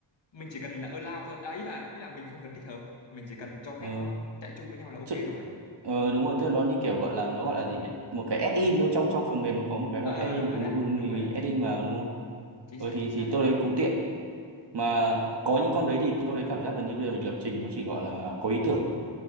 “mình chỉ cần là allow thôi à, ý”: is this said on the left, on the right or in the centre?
Left